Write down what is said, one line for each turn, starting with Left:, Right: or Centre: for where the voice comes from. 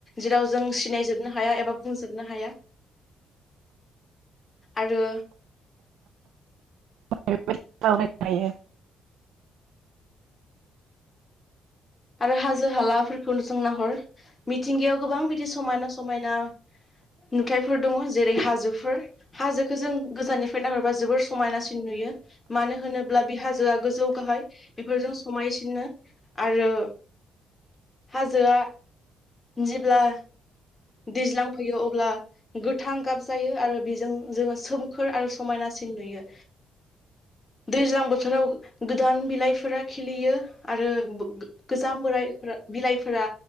Left: जेराव जों सिनायजोबनो हाया एबा बुंजोबनो हाया। आरो
Right: बेबायदि सावराय थायो
Left: आरो हाजो हालाफोरखौ जों नाहर मिथिंगायाव गोबां बिदि समायना समायना नुथायफोर दंङो जेरै हाजोफोर हाजोखौ जों गोजाननिफ्राय नाहरबा जोबोर समायनासिन नुयो। मानो होनोब्ला बि हाजोआ गोजौ गाहाय बेफोरजों समायसिनो आरो हाजोआ जेब्ला दैज्लांफैयो अब्ला गोथां गाब जायो आरो बेजों जोंङो सोमखोर आरो समायनासिन नुयो दैज्लां बोथोराव गोदान बिलाइफोरा खिलियो आरो गोजाम बोरायफोरा बिलाइफोरा